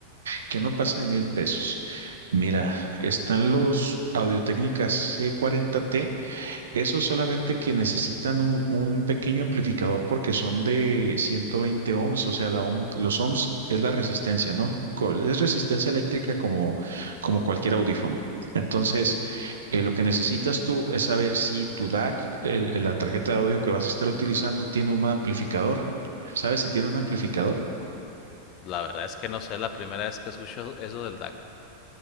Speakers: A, on the right; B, on the left.
A: que no pase de mil pesos. Mira, están los Audio-Técnicas C40T, esos solamente que necesitan un, un pequeño amplificador porque son de 120 ohms, o sea, la ohm- los ohms es la resistencia, ¿no? Co- Es resistencia eléctrica como, como cualquier audífono. Entonces, eh, lo que necesitas tú es saber si tu DAC, eh, la tarjeta de audio que vas a estar utilizando, tiene un amplificador. ¿Sabes si tiene un amplificador?
B: La verdad es que no sé, la primera vez que escucho eso del DAC.